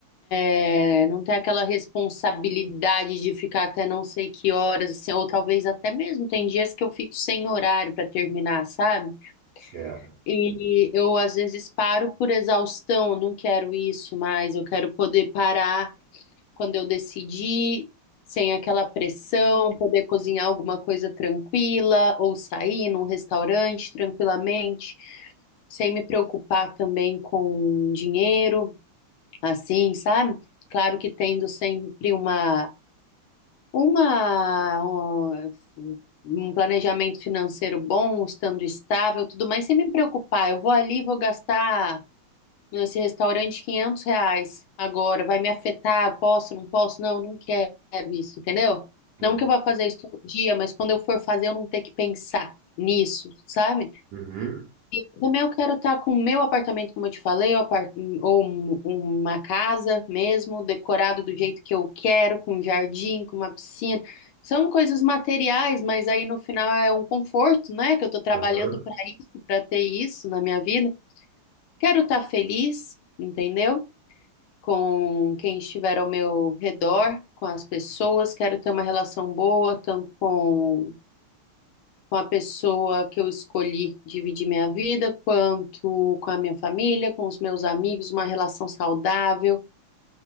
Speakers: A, on the left (about 75°); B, on the right (about 75°).
A: é, não ter aquela responsabilidade de ficar até não sei que horas, assim, ou talvez até mesmo tem dias que eu fico sem horário para terminar, sabe?
B: Certo.
A: E eu às vezes paro por exaustão, eu não quero isso mais, eu quero poder parar quando eu decidi, sem aquela pressão, poder cozinhar alguma coisa tranquila ou sair num restaurante tranquilamente, sem me preocupar também com dinheiro, assim, sabe? Claro que tendo sempre uma uma um um planejamento financeiro bom, estando estável, tudo mais, sem me preocupar, eu vou ali, vou gastar esse restaurante, 500 reais. Agora, vai me afetar? Posso, não posso? Não, não quero isso, entendeu? Não
B: É.
A: que eu vá fazer isso todo dia, mas quando eu for fazer, eu não ter que pensar nisso, sabe?
B: Uhum.
A: E também eu quero estar com o meu apartamento, como eu te falei, ou, apar- ou um- uma casa mesmo, decorado do jeito que eu quero, com um jardim, com uma piscina. São coisas materiais, mas aí no final é um conforto, né? Que eu tô trabalhando
B: Uhum.
A: para isso, para ter isso na minha vida. Quero estar feliz, entendeu? com quem estiver ao meu redor, com as pessoas, quero ter uma relação boa, tanto com, com a pessoa que eu escolhi dividir minha vida, quanto com a minha família, com os meus amigos, uma relação saudável.